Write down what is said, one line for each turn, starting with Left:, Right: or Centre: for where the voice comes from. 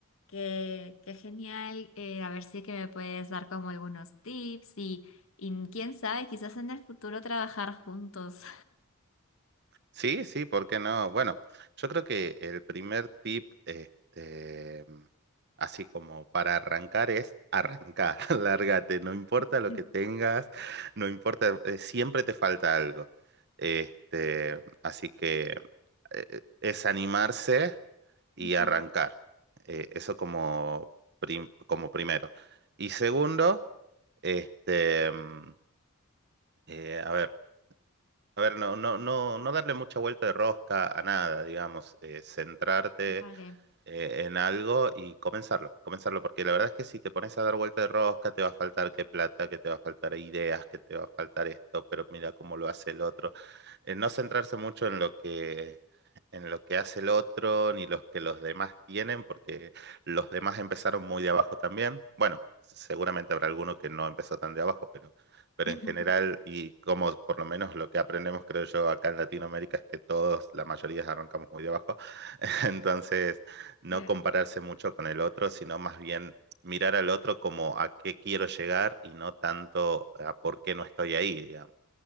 Left: que, que genial. eh, a ver si es que me puedes dar como algunos tips y quién sabe, quizás en el futuro trabajar juntos.
Right: Sí, sí, ¿por qué no? Bueno, yo creo que el primer tip, este, así como para arrancar, es arrancar, <laughs> lárgate, no importa
Left: <laughs>
Right: lo que tengas, no importa, eh, siempre te falta algo. Este, así que eh, es animarse y
Left: Ujú.
Right: arrancar. Eh, eso como, prim- como primero. Y segundo, este, mm, eh, a ver. A ver, no, no, no, no darle mucha vuelta de rosca a nada, digamos, eh, centrarte
Left: Vale.
Right: eh, en algo y comenzarlo, comenzarlo, porque la verdad es que si te pones a dar vuelta de rosca, te va a faltar que plata, que te va a faltar ideas, que te va a faltar esto, pero mira cómo lo hace el otro. Eh, no centrarse mucho en lo que, en lo que hace el otro, ni los que los demás tienen, porque los demás empezaron muy de abajo también. Bueno, seguramente habrá alguno que no empezó tan de abajo, pero, pero
Left: <laughs>
Right: en general, y como por lo menos lo que aprendemos, creo yo, acá en Latinoamérica, es que todos, la mayoría arrancamos muy de abajo. <laughs> Entonces, no
Left: Claro.
Right: compararse mucho con el otro, sino más bien mirar al otro como a qué quiero llegar y no tanto a por qué no estoy ahí, digamos.